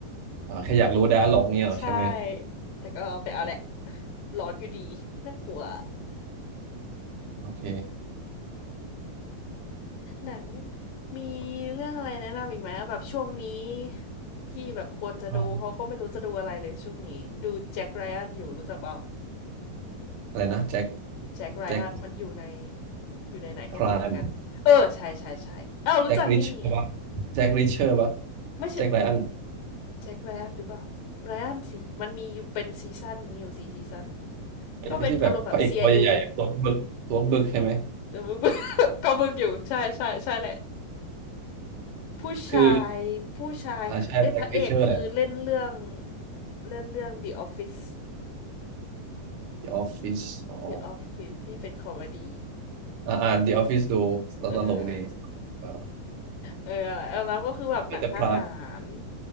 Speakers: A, on the right; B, on the left.
A: อาแค่อยากรู้ดาร์ล็อกเนี่ยเหรอใช่ไหม
B: ใช่ แต่ก็ไปเอาแหละ
A: อ๋อ
B: ร้อนอยู่ดี น่ากลัว
A: โอเค
B: หนังมีเรื่องอะไรแนะนำอีกไหมแบบช่วงนี้ที่แบบควรจะดู
A: อ๋อ
B: เพราะก็ไม่รู้จะดูอะไรเลยช่วงนี้ ดูแจ็คไรอันอยู่รู้จักเปล่า
A: อะไรนะแจ็ค
B: แจ็คไรอันมันอยู่ใน
A: แจ็ค
B: อยู่ในไหนก็ไม่รู้เหมือนกัน
A: พราม
B: เออใช่ใช่ใช่เอ้ารู้จักนี่
A: แจ็คริชเชอร์ปะแจ็คริชเชอร์ปะ
B: ไม่ใช่เอ้ย
A: แจ็คไรอัน
B: แจ็คไรอันหรือเปล่าไรอันสิ มันมีอยู่เป็นซีซั่นมีอยู่สี่ซีซั่น
A: ไอ้ที่แบบพระเอกตัวใหญ่ๆตัวบึกตัวบึกใช่ไหม
B: ก็เป็นอารมณ์แบบ CIA แต่มึง <laughs> ก็มึงอยู่ใช่ใช่ใช่แหละ ผู้ชายผู้ชายคือเอ้ยพระเอกคือเล่นเรื่อง
A: คืออ่าใช่แจ็คริชเชอร์แหละ
B: เล่นเรื่อง The Office
A: The Office อ๋อ
B: The Office ที่เป็นคอมเมดี้
A: อ่าอ่าน The Office ดูตลกดี
B: เออ
A: เออ
B: เออแล้วก็คือแบบหนังทหาร
A: แต่พราย